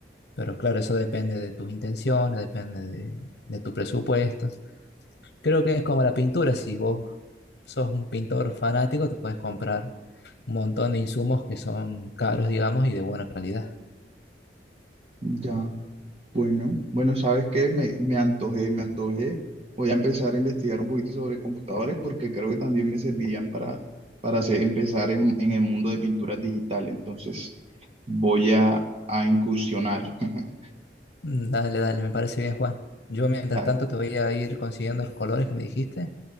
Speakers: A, on the left (about 70°); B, on the right (about 35°).
A: Pero claro, eso depende de tus intenciones, depende de, de tus presupuestos. Creo que es como la pintura, si vos sos un pintor fanático, te puedes comprar un montón de insumos que son caros, digamos, y de buena calidad.
B: Ya. Bueno, bueno, ¿sabes qué? Me, me antojé, me antojé. Voy a empezar a investigar un poquito sobre computadores porque creo que también me servirían para, para hacer- empezar en, en el mundo de pinturas digital. Entonces, voy a, a incursionar. <laughs>
A: Mm, Dale, dale, me parece bien, Juan. Yo mientras
B: Tal.
A: tanto te voy a ir consiguiendo los colores que me dijiste